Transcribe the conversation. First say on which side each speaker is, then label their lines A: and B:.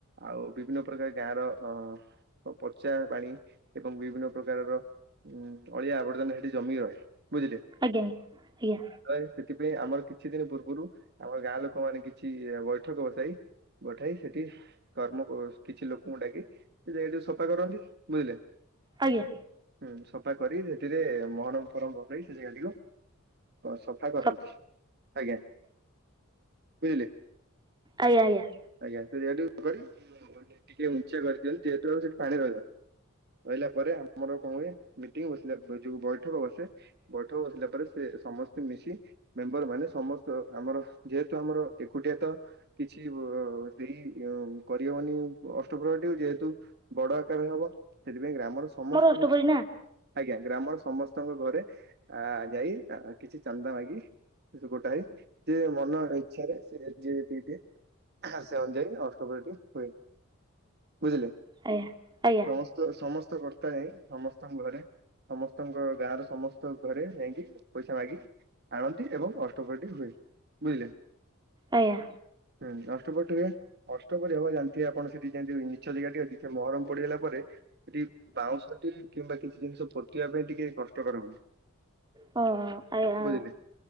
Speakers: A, on the right; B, on the right.
A: ଆଉ ବିଭିନ୍ନ ପ୍ରକାର ଗାଁ ର ଅ ପଚା ପାଣି ଏବଂ ବିଭିନ୍ନ ପ୍ରକାରର ଉଁ ଅଳିଆ ଆବର୍ଜନା ସେଠି ଜମି ରହେ ବୁଝିଲେ
B: ଆଜ୍ଞା ଆଜ୍ଞା
A: ତ ସେଥିପାଇଁ ଆମର କିଛି କିଛି ଦିନ ପୂର୍ବରୁ ଆମର ଗାଁ ଲୋକ ମାନେ କିଛି ବୈଠକ ବସାଇ ବଠାଇ ସେଠି କର୍ମ କିଛି ଲୋକଙ୍କୁ ଡାକି ସେ ଜାଗଠିକୁ ସଫା କରନ୍ତି ବୁଝିଲେ
B: ଆଜ୍ଞା
A: ହୁଁ ସଫା କରି ହେ ମହରମ ଫହରମ ପକେଇ ସେ ଜାଗାଟିକୁ ହଁ ସଫା କରନ୍ତି
B: ଆଜ୍ଞା
A: ଆଜ୍ଞା ବୁଝିଲେ
B: ଆଜ୍ଞା ଆଜ୍ଞା
A: ଆଜ୍ଞା ସେ ଯେହୁ ଟିକେ ଉଞ୍ଚିା କରିଦିଅନ୍ତୁ ଯେହେତୁ ଆଉ ସେଠି ପାଣି ରହିବନି ରହିଲା ପରେ ଆମର କଣ ହୁଏ ମିଟିଂ ବସିଲା ଯୋଉ ବୈଠକ ବସେ ବୈଠକ ବସିଲା ପରେ ସେ ସମସ୍ତେ ମିଶି ମେମ୍ବର ମାନେ ସମସ୍ତ ଆମର ଯେହେତୁ ଆମର ଏକୁଟିଆ ତ କିଛି ଅଁ ଦେଇ ଅମ୍ କରବନି ଅଷ୍ଟ ଅ ଯେହେତୁ ବଡ ଆକାର ହବ ସେଥିପାଇଁ ଗ୍ରାମର ସମସ୍ତ
B: ଅଷ୍ଟପରି ନା
A: ଆଜ୍ଞା ଗ୍ରାମର ସମସ୍ତଙ୍କ ଘରେ ଆ ଯାଇ କିଛି ଚାନ୍ଦା ମାଗି ଗୋଟା ହେ ଜୀଏ ମନ ଇଚ୍ଛାରେ ସେ ଯିଏ ଯେତିକି ଦିଏ ସେ ଅନୁଯାୟୀ ଅଷ୍ଟୋବରଟି ହୁଏ ବୁଝିଲେ
B: ଆଜ୍ଞା ଆଜ୍ଞା
A: ସମସ୍ତ ସମସ୍ତ କର୍ତ୍ତା ଯାଇ ସମସ୍ତଙ୍କ ଘରେ ସମସ୍ତଙ୍କ ଗାଁ ର ସମସ୍ତ ଘରେ ଯାଇକି ପଇସା ମାଗି ଆଣନ୍ତି ଏବଂ ଅଷ୍ଟକଟି ହୁଏ ବୁଝିଲେ
B: ଆଜ୍ଞା
A: ହୁଁ ଆ ଅଷ୍ଟ କରିହବା ଜାଣିଥେ ଆପଣ ସେଠି ନିଚ ଜାଗା ଟିକ ଅଛି ମହରମ ପଡିଗଲା ପରେ ସେଠି ବାଉଁଶଟି କିମ୍ବା କିଛି ଜିନିଷ ପୋତେଇିବା ପାଇଁ ଟିକେ କଷ୍ଟକର ହୁହେଁ
B: ଓ ଆଜ୍ଞା
A: ବୁଝିଲେ